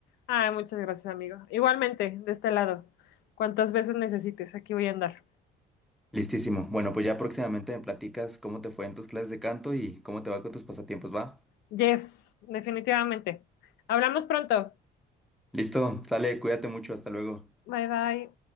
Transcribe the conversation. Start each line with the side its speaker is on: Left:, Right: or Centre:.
Left: Ay, muchas gracias, amigo. Igualmente, de este lado. Cuantas veces necesites, aquí voy a andar.
Centre: Listísimo. Bueno, pues ya próximamente me platicas cómo te fue en tus clases de canto y cómo te va con tus pasatiempos, ¿va?
Left: Yes, definitivamente. Hablamos pronto.
Centre: Listo, sale, cuídate mucho, hasta luego.
Left: Bye, bye.